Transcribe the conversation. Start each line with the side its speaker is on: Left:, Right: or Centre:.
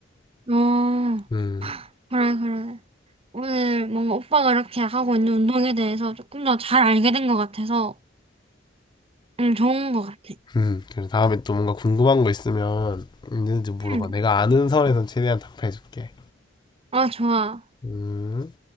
Right: 어,
Left: 음,
Right: 그래, 그래. 오늘 뭔가 오빠가 이렇게 하고 있는 운동에 대해서 조금 더 잘 알게 된 것 같아서, 음, 좋은 것 같아.
Left: 음. 그래 다음에 또 뭔가 궁금한 거 있으면 있는지 물어봐.
Right: 음,
Left: 내가 아는 선에선 최대한 답해줄게.
Right: 아, 좋아.
Left: 음.